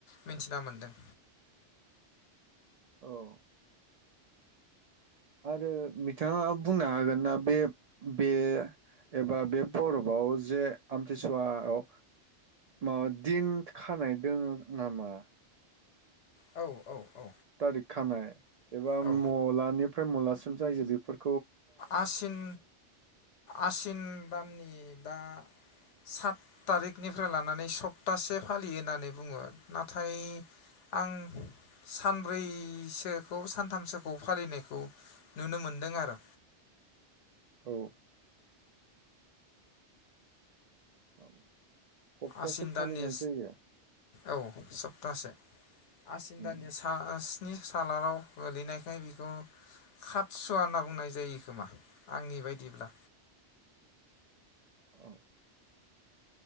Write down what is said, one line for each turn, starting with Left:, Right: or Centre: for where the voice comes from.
Left: मिथिना मोनदों।
Right: औ आरो बिथाङा बुंनो हागोन ना बे बे एबा बे बरफआव जे आमथिसुवायाव माबा दिन खानाय दोङो नामा?
Left: औ औ औ
Right: तारिख खानाय एबा
Left: औ
Right: मलानिफ्राय मुलासिम जायो बेफोर
Left: आसिन आसिन दाननि दा सात थारिखनिफ्राय लानानै सप्तासे फालियो होननानै बुङो नाथाय आं सानब्रैसोखौ सानथामसोखौ फालिनायखौ नुनो मोनदों आरो।
Right: औ <unintelligible>
Left: आसिन
Right: फालिनाय
Left: दाननि
Right: जायो
Left: औ सप्तासे। आसिन
Right: उम,
Left: दाननि सास नि सालागाव गोलैनायखाय बेखौ खादसुवा होनना बुंनाय जायो खोमा आंनि बायदिब्ला।
Right: अ